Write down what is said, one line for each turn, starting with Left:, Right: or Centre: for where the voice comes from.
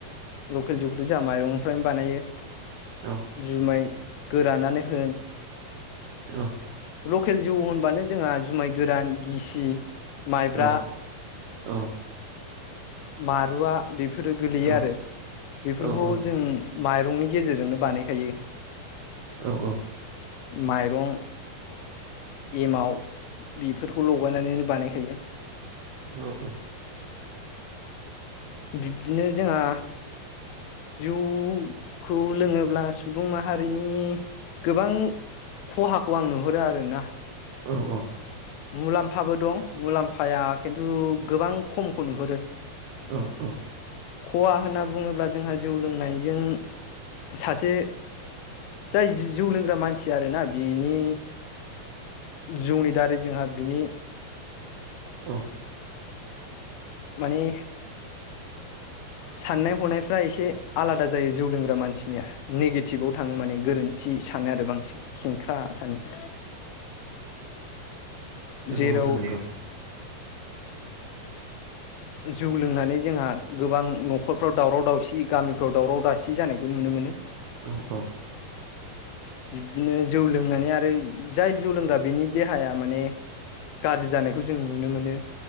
Left: लकेल जौखौथ जोंहा माइरंनिफ्रायनो बानायो।
Right: औ
Left: जुमाइ गोरानानो होन
Right: औ
Left: लखेल जौ होनबानो जोंहा जुमाय गोरान गिसि माइब्रा
Right: औ औ
Left: मारुवा बेफोरो गोलैयो
Right: औ
Left: आरो बेफोरखौ
Right: औ औ
Left: जों माइरंनि गेजेरजोंनो बानायखायो।
Right: औ औ
Left: माइरं एमाव बेफोरखौ लगायनानैनो बानायखायो।
Right: औ औ
Left: बिब्दिनो जोंहा जौखौ लोङोब्ला सुबुं माहारिनि गोबां खहाखौ आं नुहरो आरोना।
Right: अ अ
Left: मुलाम्फाबो दं मुलाम्फाया खिन्थु गोबां खमखौ नुहरो।
Right: औ औ
Left: खहा होनना बुङोब्ला जोंहा जौ लोंनायजों सासे जाय जौ लोंग्रा मानसि आरो ना बिनि जौनि दारै जोंहा बिनि
Right: औ
Left: माने साननाय हनायफ्रा एसे आलादा जायो जौ लोंग्रा मानसि निया निगेटिभाव थाङो माने गोरोन्थि सानो आरो बांसिन खेंख्रा सानो। <inaudible>
Right: नोंगौ
Left: जेराव
Right: नोंथां नोंगौ
Left: जौ लोंनानै जोंहा गोबां नखरफ्राव दावराव दावसि गामिफ्राव दावराव दावसि जानायखौ नुनो मोनो।
Right: औ औ
Left: बिब्दिनो जौ लोंनानै आरो जाय जौ लोंग्रा बिनि देहाया माने गाज्रि जानायखौ जों नुनो मोनो।